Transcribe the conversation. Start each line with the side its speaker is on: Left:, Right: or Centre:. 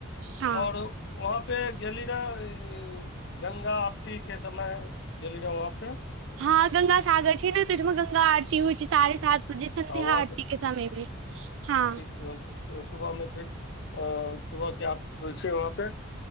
Right: हँ
Left: और वहाँ पे गेली रहै ई गंगा आरतीके समय गेली रहै वहाँ पे
Right: हँ गंगा सागर छै ने तैठुमा गंगा आरती होइ छै साढ़े सात जे संध्या
Left: आ वहाँ
Right: आरती के समय मे हँ
Left: सुबहमे फिर अ सुबहके आरती होइ छै वहाँ पे